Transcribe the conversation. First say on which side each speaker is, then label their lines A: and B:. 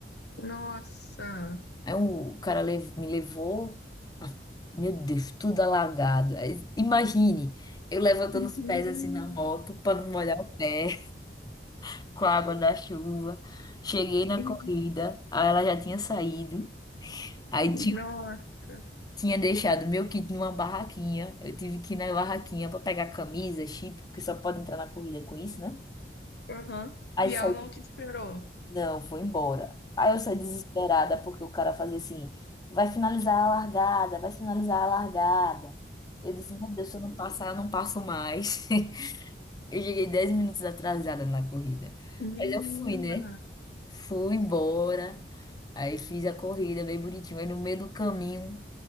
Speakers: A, on the left; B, on the left.
A: Nossa,
B: Aí o cara lev- me levou, ah, meu Deus, tudo alagado. Aí, Imagine, eu levantando
A: uhum.
B: os pés assim na moto para não molhar o pé <laughs> com a água da chuva. Cheguei na
A: Uhum.
B: corrida, aí ela já tinha saído. Aí tinha,
A: Nossa.
B: tinha deixado meu kit numa barraquinha. Eu tive que ir na barraquinha para pegar camisa, chip, porque só pode entrar na corrida com isso, né?
A: Aham.
B: Aí
A: E
B: saí
A: ela não te esperou.
B: Não, foi embora. Aí eu saí desesperada porque o cara fazia assim, vai finalizar a largada, vai finalizar a largada. Eu disse, meu Deus, se eu não passar, eu não passo mais. <laughs> Eu cheguei 10 minutos atrasada na corrida.
A: Menina,
B: Mas eu fui, né? Fui embora. Aí fiz a corrida bem bonitinho. Aí no meio do caminho.